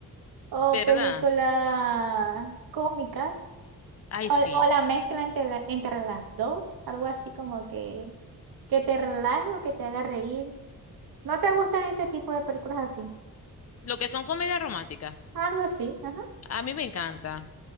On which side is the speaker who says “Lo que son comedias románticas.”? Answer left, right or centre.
Left